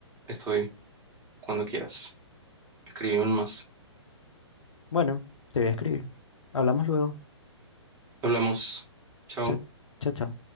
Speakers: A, on the right; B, on the left.
A: estoy cuando quieras. Escríbeme más.
B: Bueno, te voy a escribir. Hablamos luego.
A: Hablamos. Chao.
B: Chao, chao, chao.